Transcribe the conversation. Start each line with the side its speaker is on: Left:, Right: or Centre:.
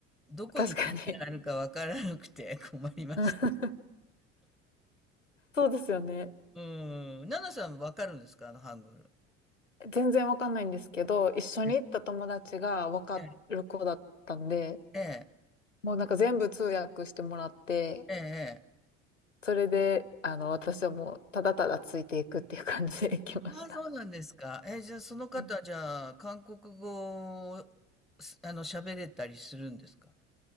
Centre: どこに何があるかわからなくて
Left: 確かに。
Centre: <laughs> 困りました。
Left: うんそうですよね。
Centre: うん。ナナさんわかるんですかあのハングル。
Left: 全然わかんないんですけど、一緒に行った友達がわかる子だったんで、
Centre: ええ、え
Left: もうなんか全部通訳してもらって、
Centre: え、ええ。え
Left: それで、あの、私はもうただただついていくっていう感じで <laughs> 行きました。
Centre: ああ、そうなんですか。え、じゃあその方、
Left: うん
Centre: じゃあ韓国語を、すあの、喋れたりするんですか